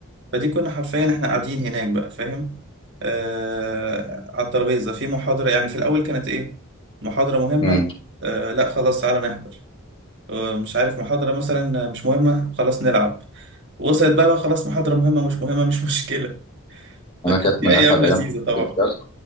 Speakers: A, on the right; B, on the left.
A: فدي كنا حرفيا احنا قاعدين هناك بقى فاهم آه على الترابيزة في محاضرة يعني في الأول كانت إيه محاضرة مهمة
B: امم
A: آه لا خلاص تعالى نحضر آه مش عارف محاضرة مثلا مش مهمة خلاص نلعب وصلت بقى لو خلاص محاضرة مهمة مش مهمة مش مشكلة فكانت
B: انا كانت
A: في
B: من
A: أيام
B: اسعد
A: لذيذة
B: ايام حياتي
A: طبعا
B: بجد